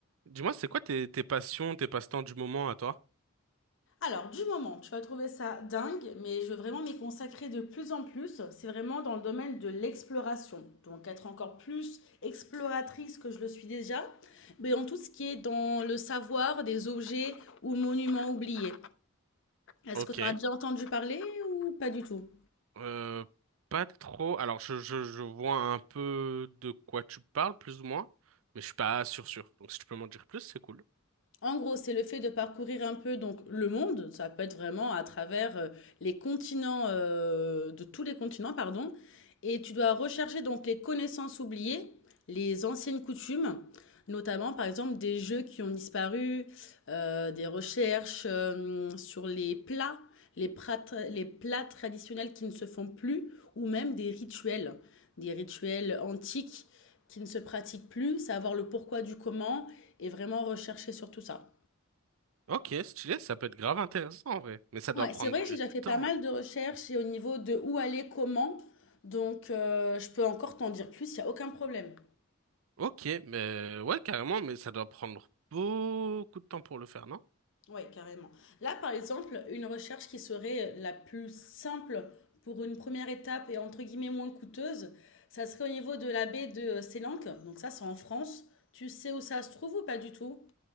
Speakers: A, on the right; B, on the left.
A: Dis-moi, c'est quoi tes, tes passions, tes passe-temps du moment à toi?
B: Alors, du moment, tu vas trouver ça dingue, mais je veux vraiment m'y consacrer de plus en plus. C'est vraiment dans le domaine de l'exploration. Donc, être encore plus exploratrice que je le suis déjà, mais en tout ce qui est dans le savoir des objets ou monuments oubliés. Est-ce
A: Ok.
B: que tu en as déjà entendu parler ou pas du tout?
A: Euh, pas trop. Alors, je, je, je vois un peu de quoi tu parles, plus ou moins, mais je suis pas sûr sûr. Donc, si tu peux m'en dire plus, c'est cool.
B: En gros, c'est le fait de parcourir un peu donc le monde, ça peut être vraiment à travers euh, les continents, euh, de tous les continents, pardon, et tu dois rechercher donc les connaissances oubliées, les anciennes coutumes, Notamment, par exemple, des jeux qui ont disparu, euh, des recherches euh, sur les plats, les plats, les plats traditionnels qui ne se font plus, ou même des rituels, des rituels antiques qui ne se pratiquent plus, savoir le pourquoi du comment et vraiment rechercher sur tout ça.
A: Ok, stylé, ça peut être grave intéressant en vrai, mais ça doit
B: Ouais,
A: prendre
B: c'est vrai
A: du
B: que j'ai déjà fait
A: temps.
B: pas mal de recherches et au niveau de où aller, comment, donc euh, je peux encore t'en dire plus, il n'y a aucun problème.
A: Ok, mais ouais, carrément, mais ça doit prendre beaucoup de temps pour le faire, non?
B: Oui, carrément. Là, par exemple, une recherche qui serait la plus simple pour une première étape et entre guillemets moins coûteuse, ça serait au niveau de la baie de euh, Sélanque. Donc ça, c'est en France. Tu sais où ça se trouve ou pas du tout?